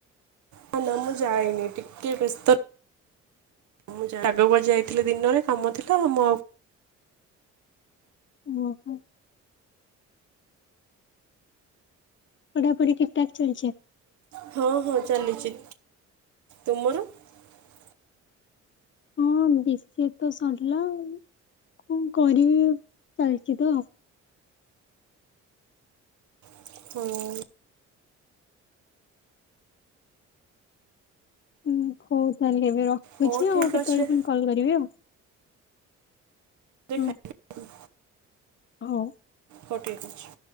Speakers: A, on the right (about 70°); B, on the left (about 40°).
A: ନାଁ ନାଁ ମୁଁ ଜାଏନି ଟିକେ ବ୍ୟସ୍ତ ମୁଁଯାଏନି ଶାଗ ଭଜା ହେଇଥିଲା ଦିନରେ କାମ ଥିଲା ଆମ
B: ଓହୋ। ପଢାପଢି ଠିକ ଠାକ ଚାଲିଚି।
A: ହଁ ହଁ ଚାଲିଚି ତୁମର। <unintelligible>
B: ହଁ ବିଷିକିଟି ତ ସରିଲା ଆଉ। ହଁ କଣ କରିବି ପାଇଛି ତ।
A: ହଁ।
B: ହୁଁ ହଉ ତାହେଲେ ଏବେ ରଖୁଛି
A: ହଉ ଠିକ୍
B: ଆଉ କେତେବେଳେ
A: ଅଛି
B: ପୁଣି କଲ କରିବି ଆଉ।
A: ସେ
B: ହୁଁ
A: ଖାଇ। <inaudible>
B: ହଉ।
A: ହଉ ଠିକ୍ ଅଛି।